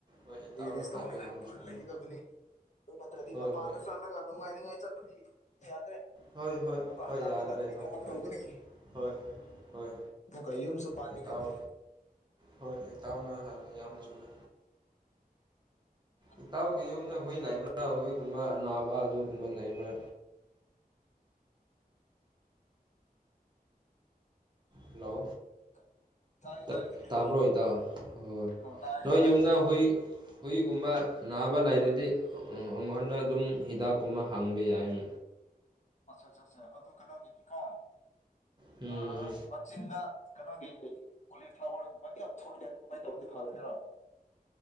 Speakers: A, on the right; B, on the left.
A: ꯍꯣꯏ ꯏꯇꯥꯎꯅ
B: ꯕꯤꯖꯦꯁ ꯇꯧꯅꯤꯡꯉꯥꯏ
A: ꯍꯥꯏꯕ ꯌꯥꯝ
B: ꯄ꯭ꯂꯥꯟ
A: ꯆꯨꯝꯃꯤ
B: ꯂꯩꯒꯗꯕꯅꯤ ꯑꯗꯨ ꯅꯠꯇ꯭ꯔꯗꯤ
A: ꯍꯣꯏ
B: ꯃꯄꯥꯟꯗ
A: ꯍꯣꯏ
B: ꯆꯠꯂꯒ ꯅꯨꯡꯉꯥꯏꯅꯤꯉꯥꯏ ꯆꯠ ꯄꯗꯤ ꯌꯥꯗ꯭ꯔꯦ
A: ꯍꯣꯏ
B: ꯑꯈꯣꯏꯅ
A: ꯍꯣꯏ
B: ꯑꯃꯨꯛꯀ
A: ꯍꯣꯏ
B: ꯍꯜꯂꯛꯂꯒ
A: ꯌꯥꯗ꯭ꯔꯦ
B: ꯀ꯭ꯔꯤ
A: ꯍꯣꯏ
B: ꯊꯕꯛ
A: ꯍꯣꯏ
B: ꯇꯧꯒꯅꯤ
A: ꯍꯣꯏ ꯍꯣꯏ
B: ꯑꯃꯨꯛꯀ ꯌꯨꯝꯁꯨ ꯄꯥꯟꯅꯤꯡꯉꯅꯤ
A: ꯏꯇꯥꯎ ꯍꯣꯏ ꯏꯇꯥꯎꯅ ꯍꯥꯏꯕ ꯌꯥꯝ ꯆꯨꯝꯃꯦ
B: ꯄꯥꯟꯅꯤꯡꯉꯅꯤ
A: ꯏꯇꯥꯎꯒꯤ ꯌꯨꯝꯗ
B: ꯂꯥꯛꯄ
A: ꯍꯨꯏ
B: ꯃꯇꯝꯗ
A: ꯂꯩꯕ꯭ꯔꯥ ꯍꯨꯏꯒꯨꯝꯕ ꯑꯅꯥꯕ ꯑꯗꯨꯒꯨꯝꯕ ꯂꯩꯕ꯭ꯔ ꯍꯜꯂꯣ
B: ꯀꯩꯅꯣ ꯇꯥꯏ
A: ꯇꯠ
B: ꯇꯥꯏ ꯀꯩ
A: ꯇꯥꯕ꯭ꯔꯣ
B: ꯍꯥꯏꯕ
A: ꯏꯇꯥꯎ ꯑꯣ
B: ꯇꯥꯏꯌꯦ
A: ꯅꯣꯏ
B: ꯇꯥꯏꯌꯦ
A: ꯌꯨꯝꯗ ꯍꯨꯏ ꯍꯨꯏꯒꯨꯝꯕ ꯅꯥꯕ ꯂꯩꯔꯗꯤ ꯑ ꯑꯉꯣꯟꯗ ꯑꯗꯨꯝ ꯍꯤꯗꯥꯛꯀꯨꯝꯕ ꯍꯪꯕ ꯌꯥꯏ
B: ꯑꯠꯁꯥ ꯁ ꯁꯥ ꯑ ꯑꯗꯨ ꯀꯅꯒꯤꯅꯤꯀꯣ
A: ꯎꯝ
B: ꯑ ꯃꯆꯤꯟꯗ ꯀꯩꯅꯣꯒꯤ ꯀꯣꯂꯤꯐ꯭ꯂꯥꯋꯔꯒꯨꯝꯕꯒꯤ ꯌꯥꯝ ꯊꯣꯛꯑꯦꯅꯦ ꯑꯗꯨ ꯀꯃꯥꯏ ꯇꯧꯔꯗꯤ ꯐꯒꯗ꯭ꯔꯣ